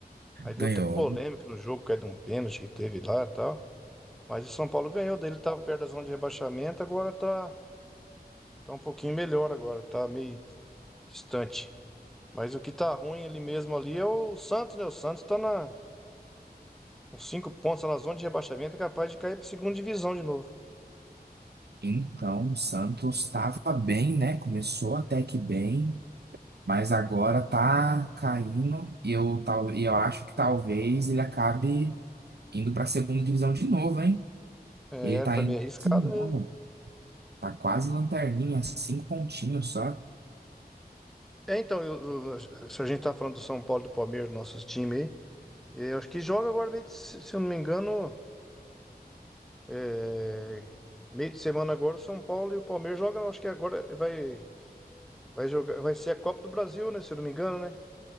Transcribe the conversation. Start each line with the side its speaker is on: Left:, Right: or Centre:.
Centre: Aí deu
Right: Ganhou.
Centre: até polêmica no jogo, caiu de um pênalti que teve lá e tal. Mas o São Paulo ganhou, daí ele tava perto da zona de rebaixamento, agora tá, tá um pouquinho melhor agora, tá meio distante. Mas o que tá ruim ele mesmo ali é o Santos, né? O Santos tá na, com cinco pontos tá na zona de rebaixamento, é capaz de cair pra segunda divisão de novo.
Right: Então, o Santos estava bem, né? Começou até que bem, mas agora tá caindo e eu, tal, e eu acho que talvez ele acabe indo para a segunda divisão de novo, hein?
Centre: É,
Right: Ele tá
Centre: tá
Right: em
Centre: meio
Right: 19º,
Centre: arriscado mesmo.
Right: tá quase lanterninha, cinco pontinhos só.
Centre: É, então, eu- eu- se a gente tá falando do São Paulo, do Palmeiras, nossos times aí, é, eu acho que joga agora, meio de- se se eu não me engano, é, meio de semana agora, o São Paulo e o Palmeiras jogam, acho que agora vai, vai jogar, vai ser a Copa do Brasil, né? Se eu não me engano, né?